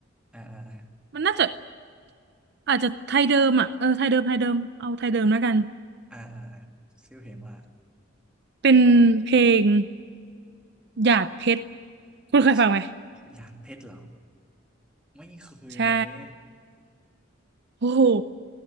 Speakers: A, in the centre; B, on the right (about 60°).
A: อ่าอ่าอ่า
B: มันน่าจะอาจจะไทยเดิมอ่ะเออไทยเดิมไทยเดิมเอาไทยเดิมแล้วกัน
A: อ่าอ่าอ่าชื่อเพลงว่า
B: เป็นเพลงหยาดเพชรคุณเคยฟังไหม
A: ชิโอ้ยหยาดเพชรเหรอไม่เคยนะอันนี้
B: ใช่ โอ้โห